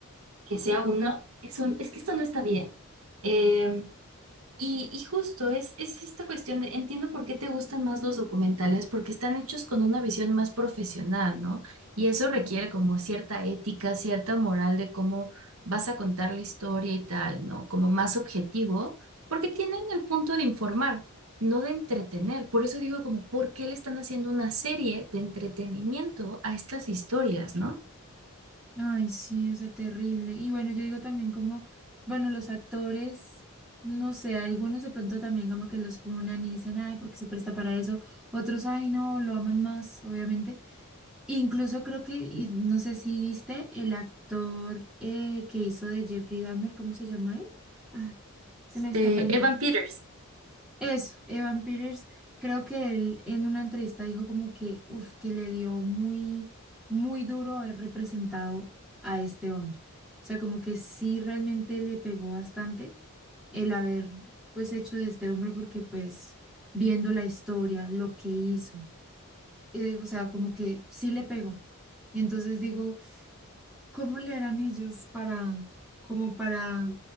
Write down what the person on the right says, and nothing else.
que sea uno, es un- es que esto no está bien. Em, Y, y justo es, es esta cuestión de, entiendo por qué te gustan más los documentales, porque están hechos con una visión más profesional, ¿no? Y eso requiere
como
cierta ética, cierta moral de cómo vas a contar la historia y tal, ¿no? Como más objetivo, porque tienen el punto de informar, no de entretener. Por eso digo como, ¿por qué le están haciendo una serie de entretenimiento a estas historias, ¿no?
De
Evan
Peters.